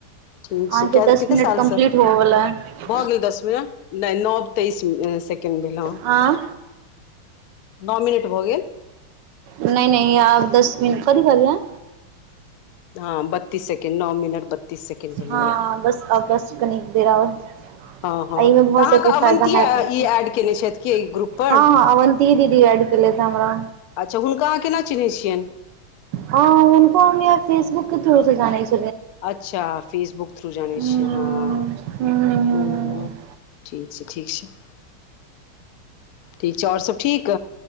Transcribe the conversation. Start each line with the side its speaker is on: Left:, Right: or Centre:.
Left: ठीक
Right: अहाँकेँ
Left: छै क
Right: दस
Left: कतेक
Right: मिनट
Left: सालसँ
Right: कम्प्लीट होवला है।
Left: भऽ गेल दस मिनट नहि नओ तेइस सिकांड भेलहुँँ
Right: आ
Left: नओ मिनट भऽ गेल।
Right: नहि नहि आब दस मिनट कथि कहलियै।
Left: हँ, बत्तीस सेकोंड नओ मिनट बत्तीस सेकेण्ड भेलैए
Right: हँ बस बस नीक दे रह
Left: हँ हँ
Right: एहिमे
Left: तऽ
Right: बहुत
Left: अहाँके
Right: सारके
Left: अवन्ती
Right: फायदा है, तके
Left: ई
Right: हँ,
Left: एड कयने छथि कि ग्रुपपर
Right: हँ अन कि दीदी अड कलै स हम्र
Left: अच्छा हुनका अहाँ केना चिन्हैत छिय।
Right: हँ उनको हम फेसबुक के थ्रू से जानै छै।
Left: अच्छा, फेसबुक थ्रू जान
Right: हूँ
Left: छियै हँ।
Right: हूँ हूँ
Left: ठीक छै, ठीक छै। ठीक छै, आओर सभ ठीक